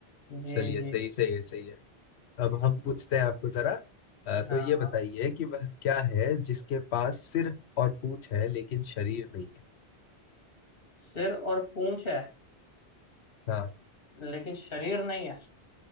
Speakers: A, on the left; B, on the left.
A: जी
B: चलिए
A: जी
B: सही सही है सही है अब हम पूछते हैं आपको जरा अ,
A: हाँ
B: तो ये बताइए कि वह क्या है जिसके पास सिर और पूंछ है लेकिन शरीर नहीं
A: सिर और पूंछ है
B: हाँ
A: लेकिन शरीर नहीं है